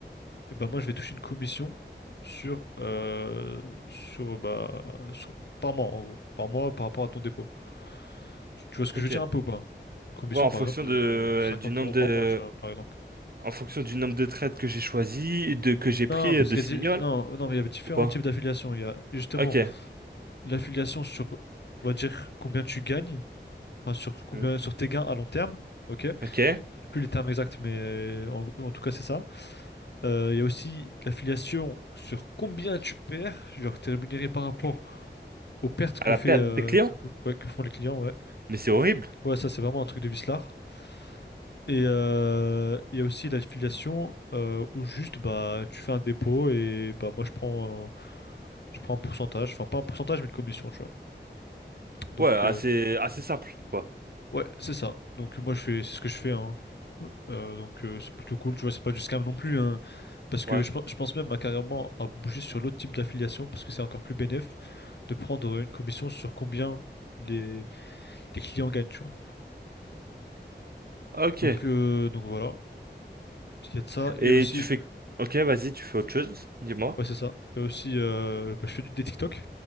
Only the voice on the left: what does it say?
Et ben moi, je vais toucher une commission sur, euh, sur bah, sur- par mois en gros, par mois par rapport à ton dépôt. Tu tu vois ce que
je veux dire un peu ou pas? Une commission
par
exemple
de, de 50
euros
par mois, tu vois, par exemple.
Non,
parce
qu'il
y a, di- non, non, mais il y a différents
types d'affiliations. Il y a justement.
l'affiliation sur, on va dire, combien tu gagnes, enfin, sur combien,
sur tes gains à long terme. Ok, je sais
plus les termes exacts, mais euh, en, en tout cas, c'est ça. Euh, Il y a aussi l'affiliation sur combien tu perds, genre t'es rémunéré par rapport aux pertes que
fait
euh,
que, que- ouais, que font les clients, ouais.
Ouais, ça c'est vraiment un truc de vislard. Et euh, il y a aussi l'affiliation euh, où juste bah tu fais un dépôt et bah moi je prends euh, je prends un pourcentage, enfin pas un pourcentage mais une commission, tu vois. Donc
euh,
Ouais, c'est ça. Donc moi je fais c'est ce que je fais hein. Euh, donc euh, c'est plutôt cool, tu vois, c'est pas du scam non plus hein. Parce que
je, pe- je pense même à carrément à bouger sur l'autre type d'affiliation parce que c'est encore plus bénéf de prendre une commission sur combien les, les clients gagnent, tu vois.
Donc euh, donc voilà, il y a de ça, il
y a aussi
ouais, c'est ça. Il y a aussi euh, bah, je fais du des TikTok